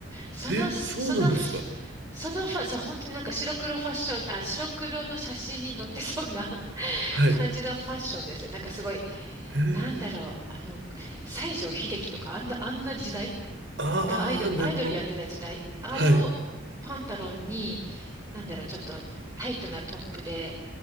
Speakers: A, on the right (about 20°); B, on the right (about 65°).
A: その、
B: えそうなんですか。
A: その、そのファ、そう、本当になんか白黒ファッション、あ、白黒の写真に載ってそうな <laughs>
B: はい。
A: 感じのファッションですよ。なんかすごい、
B: へえ。
A: なんだろう、あの、西城秀樹とか、あんな、あんな時代
B: ああ、
A: がアイドル、
B: なるほど。
A: アイドルやってた時代、あのパンタロンに、
B: はい。
A: なんだろう、ちょっとタイトなトップで、